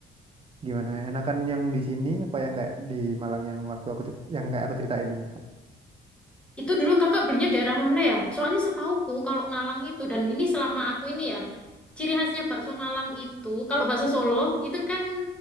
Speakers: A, on the right; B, in the centre.
A: gimana? Enakan yang di sini apa yang kayak di Malang yang waktu aku cerit- yang kayak aku ceritain ini?
B: Itu dulu kakak belinya daerah mana ya? Soalnya setauku kalau Malang itu dan ini selama aku ini ya, ciri khasnya bakso Malang itu kalau bakso Solo itu kan